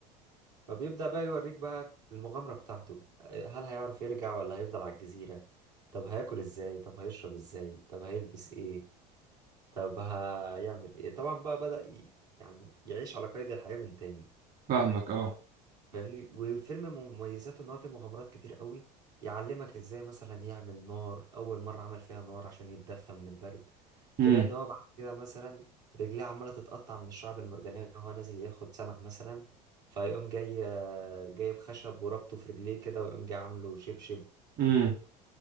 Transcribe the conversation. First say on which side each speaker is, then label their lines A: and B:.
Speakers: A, on the right; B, on the right.
A: فبيبدأ بقى يوريك بقى المغامرة بتاعته هل هيعرف يرجع ولا هيفضل على الجزيرة طب هياكل ازاي طب هيشرب ازاي طب هيلبس ايه طب هيعمل ايه طبعا بقى بدأ ي... يعني يعيش على قيد الحياة من تاني
B: فاهمك اه
A: فاهمني والفيلم مميزاته ان هو فيه مغامرات كتير قوي يعلمك ازاي مثلا يعمل نار اول مره عمل فيها نار عشان يتدفى من البرد
B: امم
A: تلاقي ان هو بعد كده مثلا رجليه عماله تتقطع من الشعب المرجانيه وهو نازل ياخد سمك مثلا فيقوم جاي جايب خشب وربطه في رجليه كده ويقوم جاي عامله شبشب
B: امم